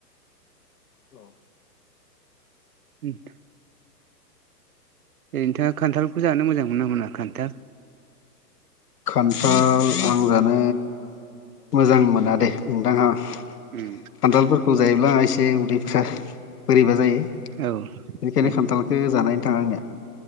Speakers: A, on the left; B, on the right.
A: औ
B: उ <unintelligible> नोंथाङा खान्थालखौ जानो मोजां मोनो ना मोना खान्थाल
A: खान्थाल आं जानो मोजां मोना दे नोंथांहा खान्थालफोरखौ
B: उम
A: जायोब्ला एसे उदैफोरा बोरैबा जायो बेनिखायनो
B: औ उम
A: खान्थालखौ जानायनोथाङा आंनिया